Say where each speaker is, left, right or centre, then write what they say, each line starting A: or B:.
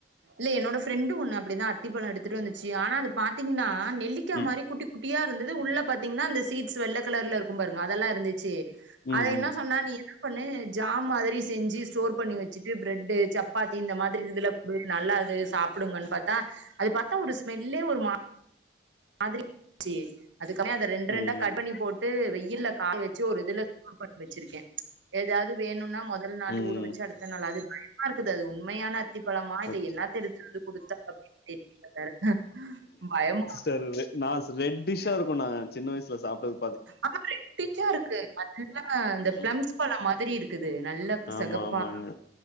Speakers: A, on the right; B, on the left.
A: இல்ல என்னோட ஃப்ரெண்டு ஒண்ணு அப்டிதா அத்தி பழ எடுத்துட்டு வந்துச்சு ஆனா அது பாத்தீங்கனா நெல்லிக்கா
B: ம்.
A: மாரி குட்டி குட்டியா இருந்தது உள்ள பாத்தீங்கனா அந்த சீட் ஸ் வெள்ள கலர்ல இருக்கு பாருங்க அதெல்லா இருந்துச்சு
B: ம்.
A: அத என்ன
B: ம்.
A: சொன்னா நீ என்னாபண்ணு ஜாம் மாதிரி செஞ்சு ஸ்டோர் பண்ணி வச்சுட்டு பிரெட்டு சப்பாத்தி இந்த மாதிரி இதுல பே நல்லா அது சாப்டுங்கனு பாத்தா அது பாத்தா ஒரு ஸ்மெல்லே ஒரு மா மாதிரி ச்சு அதுக்கப் அத ரெண்டு ரெண்டா
B: ம்.
A: கட்
B: ம்.
A: பண்ணி போட்டு வெயில்ல காய வச் சு ஒரு இதுல ஸ்டோர் பண்ணி வச்சிருக்கே ஏதாவது வேணுனா மொதல் நாளே
B: ம்.
A: ஊற வச்சு அடுத்த நாள் அது பய மா இருக்குது அது உண்மையான அத்தி பழமா இது
B: ஓகே.
A: என்னாத்த எடுத்துட்டு வந்து குடுத்தா அப்டினு தெரி வேற பயமா
B: தருவே நா சி ரெட் டிஷ்ஷா இருக்குனா நாங்க சின்ன வயசுல சாப்டது
A: ஆமா ரெட்டிஜா இருக்கு நல்லா இந்த பிளம்ஸ்
B: ம்.
A: பழ மாதிரி இருக்குது நல்லா
B: ஆமா
A: செகப்பா
B: ஆமாங்க